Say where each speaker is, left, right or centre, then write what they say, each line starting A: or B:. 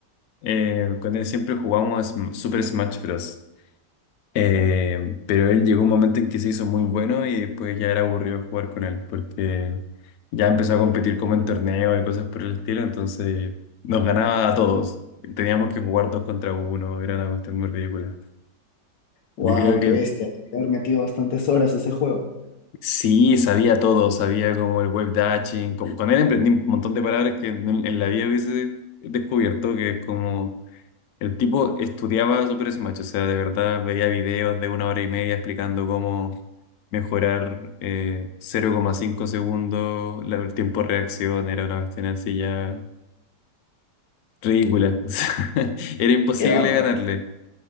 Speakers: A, on the left; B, on the left.
A: Eh, con él siempre jugamos Sm- Super Smash Bros. Eh, pero él llegó un momento en que se hizo muy bueno y después ya era aburrido jugar con él porque ya empezó a competir como en torneos y cosas por el estilo, entonces nos ganaba a todos. Teníamos que jugar dos contra uno, era una cuestión muy ridícula.
B: ¡Wow!
A: Yo creo que
B: ¡Qué bestia! Haber metido bastantes horas a ese juego.
A: sí, sabía todo, sabía como el web dashing, con, con él emprendí un montón de palabras que en, en la vida hubiese descubierto, que es como El tipo estudiaba Super Smash, o sea, de verdad veía videos de una hora y media explicando cómo mejorar eh, cero coma cinco segundos la- el tiempo de reacción, era una cuestión así ya ridícula. <laughs> O sea, Era imposible
B: ¡Qué bárbaro!
A: ganarle.